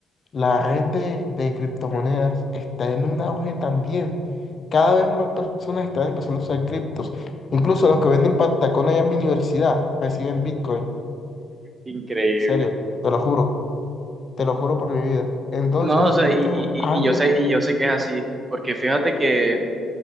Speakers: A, on the left; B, on the right.
A: La red de, de criptomonedas está en un auge también. Cada vez más personas están empezando a usar criptos. Incluso los que venden patacón allá en mi universidad reciben Bitcoin.
B: Increíble.
A: En serio, te lo juro, te lo juro por mi vida. Entonces,
B: No, o sea,
A: esto
B: y, y,
A: es algo,
B: y y yo sé, y yo sé que es así, porque fíjate que